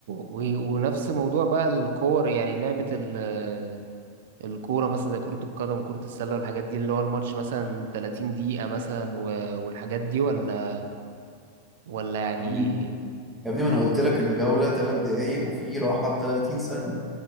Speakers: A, on the right; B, in the centre.
A: و- ونفس موضوع بقى الكور يعني لعبة ال- الكورة مثلا زي كرة القدم وكرة السلة والحاجات دي اللي هو الماتش مثلا 30 دقيقة مثلا و- والحاجات دي ولا ولا يعني
B: يا ابني يا ابني ما انا قلت لك الجولة 3 دقايق وفي راحة 30 ثانية